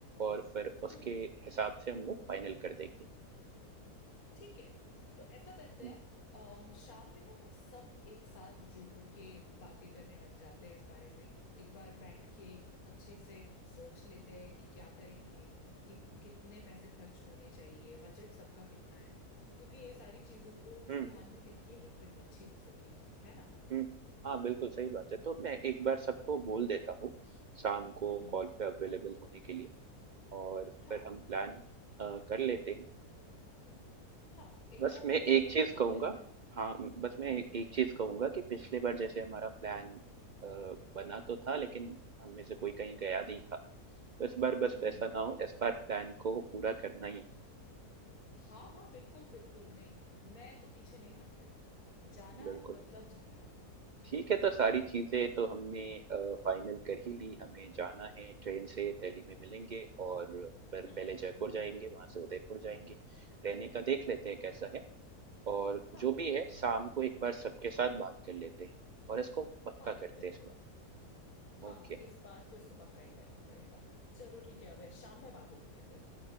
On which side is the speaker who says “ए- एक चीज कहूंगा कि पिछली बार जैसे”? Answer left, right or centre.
Right